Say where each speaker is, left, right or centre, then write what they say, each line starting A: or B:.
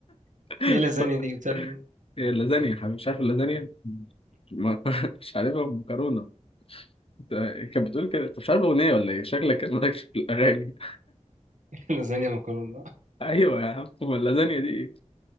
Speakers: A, on the right (about 80°); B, on the left (about 50°).
A: <laughs>
B: <laughs>
A: ايه اللازانيا دي جبتها منين
B: هي اللازانيا حبيبي مش عارف اللازانيا ما- <laughs> مش عارفها مكرونة أنت- كانت بتقول كده انت مش عارف اغنية ولا ايه؟ شكلك كان مالكش في الاغاني
A: <laughs> لازانيا مكرونه بقى
B: ايوه يا عم هو اللازانيا دي ايه؟